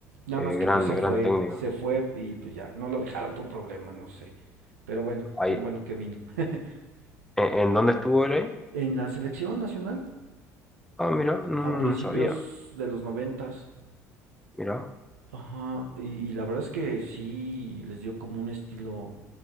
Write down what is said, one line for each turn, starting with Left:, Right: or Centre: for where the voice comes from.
Right: Nada
Centre: Eh,
Right: más que
Centre: gran,
Right: pues se fue,
Centre: gran técnico.
Right: se fue y pues ya, no lo dejaron, tu problema, no sé. Pero bueno,
Centre: ahí
Right: qué bueno que vino. <laughs>
Centre: ¿En, en dónde estuvo él ahí?
Right: en la selección nacional,
Centre: Ah, mira, no,
Right: a
Centre: no,
Right: principios
Centre: no sabía.
Right: de los noventas.
Centre: Mira.
Right: Ajá, y, y la verdad es que sí les dio como un estilo